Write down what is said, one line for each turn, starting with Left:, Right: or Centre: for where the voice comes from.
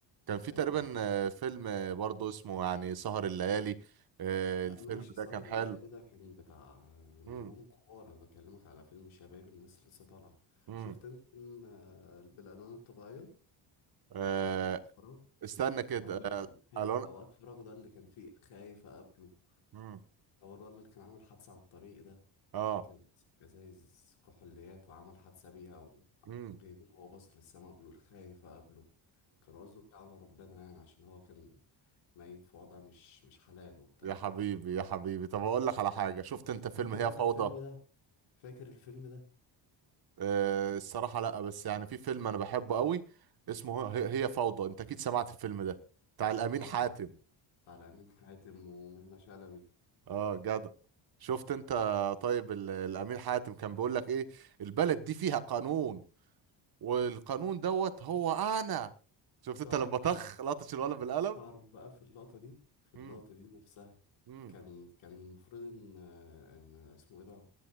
Right: كان في
Left: ايوه
Right: تقريبا آه، فيلم آه، برضه اسمه يعني سهر الليالي آه،
Left: لا
Right: الفيلم
Left: ماشي سهر
Right: ده كان حلو
Left: الليالي ده كان بتاع نجوم
Right: امم
Left: كبار انا بكلمك على فيلم شباب الناس لسه طالعه
Right: امم
Left: شفت انت فيلم آه، بالالوان الطبيعيه
Right: آه،
Left: او اوقات فراغ
Right: استنى كده
Left: هقول لك
Right: آه،
Left: كان خاي-
Right: الوان
Left: اوقات فراغ ده اللي كان فيه خايف اقابله
Right: مم.
Left: هو الولد اللي كان عامل حادثه على الطريق ده
Right: اه
Left: كان ماسك ازايز كحوليات وعمل حادثة بيها و-
Right: امم
Left: وجايبين هو باص للسما بيقول خايف أقابله كان قصده بيه على ربنا يعني عشان هو كان ميت في وضع مش مش حلال وبتاع
Right: يا حبيبي يا حبيبي طب اقول لك على حاجه شفت انت فيلم
Left: فاكر
Right: هي
Left: انت
Right: فوضى
Left: الفيلم ده؟ فاكر الفيلم ده؟
Right: أه الصراحه لا بس يعني في فيلم انا بحبه قوي اسمه هي هي فوضى انت اكيد سمعت الفيلم ده بتاع الامين
Left: طبعا
Right: حاتم
Left: بتاع الأمين حاتم ومنة شلبي
Right: اه جدع شفت انت طيب ال- الامين حاتم كان بيقول لك ايه البلد دي فيها قانون والقانون دوت هو انا شفت انت
Left: تعرف
Right: لما
Left: بقى
Right: طخ لطش الولد بالقلم
Left: تعرف بقى في اللقطة دي في اللقطة
Right: امم
Left: دي نفسها
Right: امم
Left: كان كان المفروض ان ان اسمه ايه ده